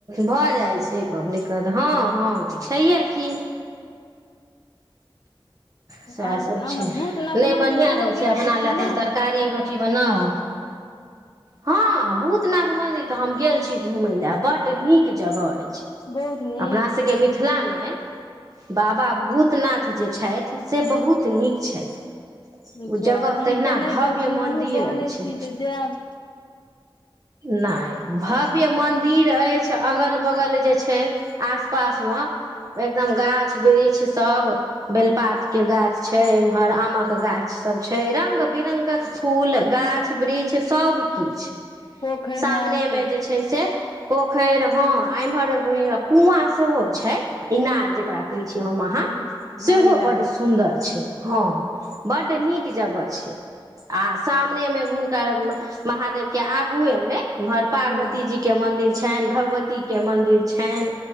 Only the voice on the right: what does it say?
भऽ जाइ छै, दिक्कत हँ हँ छैहे कि सएह
सभ
छै
नहि
बढ़िआँ
रहै
छै अपना
लए
अपन तरकारी रोटी बनाउ हँ भूतनाथ मंदिर तऽ हम गेल छी घूमय लए बड़ बड्ड नीक जगह अछि
अपना सभके मिथिलामे बाबा भूतनाथ जे छथि से बहुत नीक छथि।
ओ जगह
तहिना
भव्य
मन्दिर
अछि।
ना भव्य मन्दिर अछि अगल बगल जे छै। आस पास मे एकदम गाछ वृक्ष सभ बेलपात के गाछ छै एम्हर आमक गाछ सभ छै रंग बिरंग फूल गाछ वृक्ष सभ किछु
सामने
मे जे छै से पोखरि हँ इम्हर कुआँ सेहो छै इनार जकरा। अहा
सेहो
ब सुन्दर छै हँ बड़ नीक जगह छै आ सामनेमे हुनका महादेव के आगुएमे पार्वतीजी
के मन्दिर छैन भगवतीके मन्दिर छैन